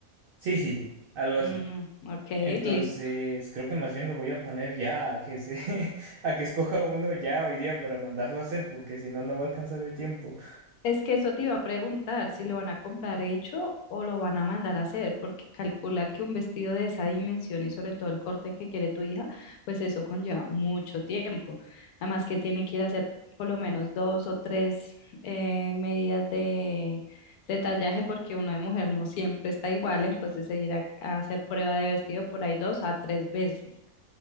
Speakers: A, on the right (about 85°); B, on the left (about 85°).
A: Sí, sí, sí, algo así.
B: Mm, ok,
A: Entonces,
B: listo.
A: creo que más bien lo voy a poner ya a que se, <laughs> a que escoja uno ya hoy día para mandarlo a hacer, porque si no, no va a alcanzar el tiempo.
B: Es que eso te iba a preguntar, si lo van a comprar hecho o lo van a mandar a hacer, porque calcula que un vestido de esa dimensión y sobre todo el corte que quiere tu hija, pues eso conlleva mucho tiempo. Además que tienen que ir a hacer por lo menos dos o tres eh, medidas de, de tallaje, porque uno de mujer no siempre está igual, entonces se irá a hacer prueba de vestido por ahí dos a tres veces.